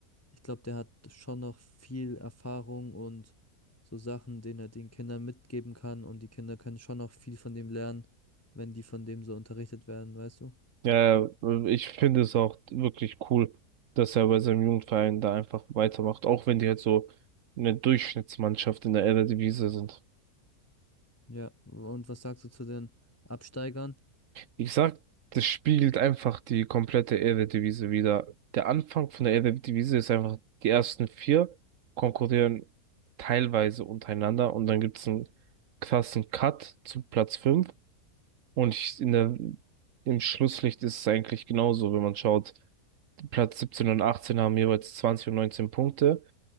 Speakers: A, on the left (about 15°); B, on the right (about 65°).
A: ich glaube, der hat schon noch viel Erfahrung und so Sachen, denen er den Kindern mitgeben kann und die Kinder können schon noch viel von dem lernen, wenn die von dem so unterrichtet werden, weißt du?
B: ja, ich finde es auch wirklich cool, dass er bei seinem Jugendverein da einfach weitermacht, auch wenn die halt so eine Durchschnittsmannschaft in der Eredivisie sind.
A: Ja, und was sagst du zu den Absteigern?
B: Ich sag, das spiegelt einfach die komplette Eredivisie wider. Der Anfang von der Eredivisie ist einfach, die ersten vier konkurrieren teilweise untereinander und dann gibt's einen krassen Cut zu Platz fünf. Und ich, in der, im Schlusslicht ist es eigentlich genauso, wenn man schaut, Platz 17 und 18 haben jeweils 20 und 19 Punkte,